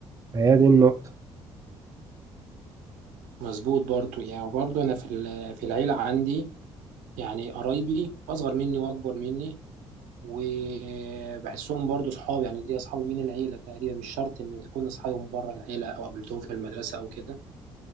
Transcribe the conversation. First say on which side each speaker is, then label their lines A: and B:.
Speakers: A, on the right; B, on the right.
A: فهي دي النقطة
B: مظبوط برضو يعني وبرضو انا في ال- في العيله عندي يعني قرايبي اصغر مني واكبر مني وبحسهم برضو صحاب يعني دي اصحاب من العيله تقريبا مش شرط ان تكون اصحابهم بره العيله او قابلتهم في المدرسه او كده